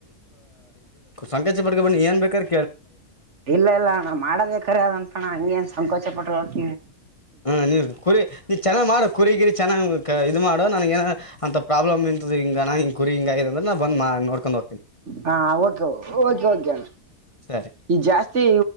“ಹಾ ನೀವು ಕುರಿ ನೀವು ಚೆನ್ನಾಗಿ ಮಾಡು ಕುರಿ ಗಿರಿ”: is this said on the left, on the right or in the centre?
Left